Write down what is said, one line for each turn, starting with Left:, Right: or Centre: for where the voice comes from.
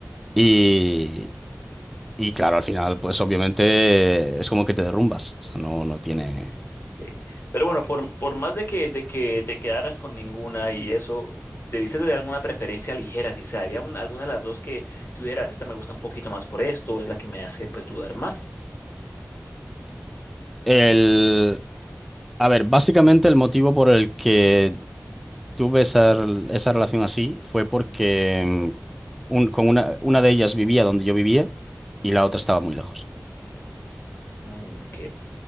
Centre: Y, y claro, al final, pues obviamente es como que te derrumbas. O sea, no, no tiene.
Left: Ok. Pero bueno, por, por más de que, de que te quedaras con ninguna y eso, debiste de alguna preferencia ligera, si sabía había un- alguna de las dos que tú dijeras, esta me gusta un poquito más por esto, es la que me hace pues dudar más.
Centre: El, a ver, básicamente el motivo por el que tuve esa, rel- esa relación así fue porque mm, un- con una, una de ellas vivía donde yo vivía y la otra estaba muy lejos.
Left: Mm, ok.